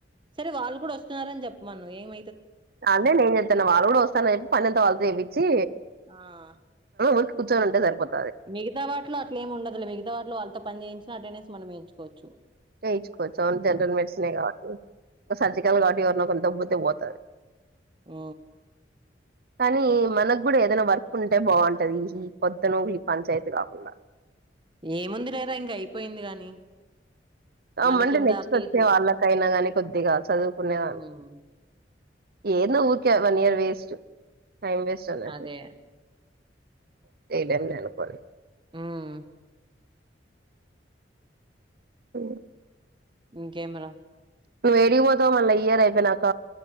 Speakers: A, on the right; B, on the right.
A: సరే వాళ్ళు కూడా వస్తున్నారని చెప్పమను ఏమి
B: అదే నేను చేప్తునా వాళ్ళు కూడా వస్తాన చెప్పి పనీ అంత వాళ్ళ చెపిచి
A: ఆ
B: ఊకె కూర్చొని ఉంటే సరిపోది
A: మిగతా వాటిలో అట్లా ఏముండదు మిగత వాటిలో వాళ్ళతో పని చేయించినా అటెండెన్ మనం వేయించుకోవచ్చు
B: చేయించుకోవచ్చు జనరల్ మెడిసన్ కాబట్టి ఒక సర్జికల్ కాబట్టి ఎవరిన్నా కొంత దబ్బ పోతు
A: ఆ
B: కానీ మనకు కూడా ఏదైనా వర్క్ ఉంటే బాగుంటది ఈ పొద్దు నూకులు ఈ పంచాయతీ కాకుండా
A: ఏముంది లేరా ఇంక అయిపోయింది గాని
B: అమ్
A: మనకింకా
B: అండి నెక్స్ట్
A: కేసులు
B: వచ్చే వాళ్ళకైనా గాని కొద్దిగా చదువుకునేదాన్ని
A: హ్మ్.
B: ఏంది ఊరికే one year waste time waste అన్నట్టు
A: అదే.
B: ఏదన్నా అనుకోను
A: ఊమ్
B: అఓ
A: ఇంకేం రా
B: ను ఏడికి పోతావ్ మళ్ళీ ఇయర్ అయిపోయినాక